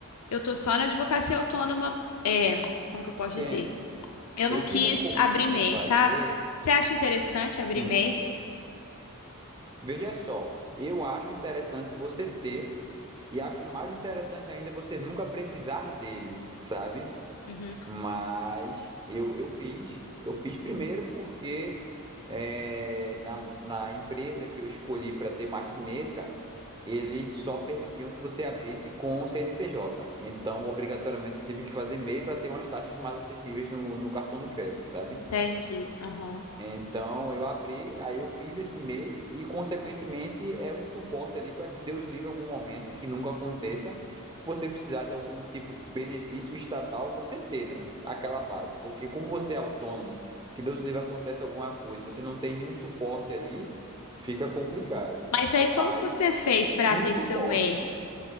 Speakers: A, on the left; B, on the right.
A: eu tô só na advocacia autônoma, é, como que eu posso
B: entendo.
A: dizer? Eu não
B: Eu
A: quis
B: te recomendo
A: abrir MEI,
B: fazer,
A: sabe? Você acha interessante
B: sim.
A: abrir MEI?
B: Veja só, eu acho interessante você ter e acho mais interessante ainda você nunca precisar dele, sabe?
A: Uhum,
B: Mas eu, eu fiz, eu fiz primeiro porque é, na, na empresa que eu escolhi para ter maquineta, eles só permitiam que você abrisse com CNPJ. Então, obrigatoriamente, eu tive que fazer MEI para ter umas taxas mais acessíveis no, no cartão de crédito, sabe?
A: entendi. Aham.
B: Então eu abri, aí eu fiz esse MEI e, I e, consequentemente, é um suporte ali para que Deus livre algum momento que nunca aconteça. Você precisar de algum tipo de benefício estatal, você ter, né? Aquela base. Porque como você é autônomo, que Deus livre acontece alguma coisa, você não tem nenhum suporte ali, fica complicado.
A: Mas aí como
B: Aí,
A: que você fez para
B: um
A: abrir
B: suporte,
A: seu MEI?
B: né?